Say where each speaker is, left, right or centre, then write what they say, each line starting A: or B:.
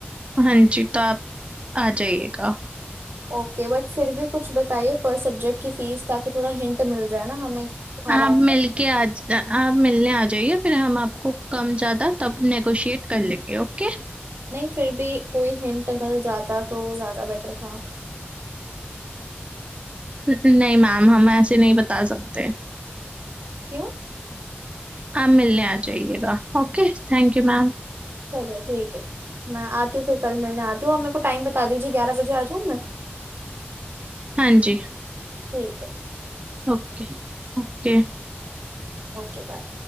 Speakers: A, on the right; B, on the right.
A: हाँ जी तो आप आ जाइएगा
B: ओके बट फिर भी कुछ बताइए पर सब्जेक्ट की फीस ताकि थोड़ा हिंट मिल जाए ना हमें अराउंड
A: आप मिलके आ आप मिलने आ जाइए फिर हम आपको कम ज्यादा तब नेगोशिएट कर लेंगे ओके
B: नहीं फिर भी कोई हिंट मिल जाता तो ज्यादा बेटर था
A: नहीं मैम हम ऐसे नहीं बता सकते
B: क्यों
A: आप मिलने आ जाइएगा ओके थैंक यू मैम
B: चलिए ठीक है मैं आती हूँ फिर कल मिलने आती हूँ और मेरे को टाइम बता दीजिए ग्यारह बजे आ जाऊँ मैं
A: हाँ जी
B: ठीक है
A: ओके ओके
B: Okay bye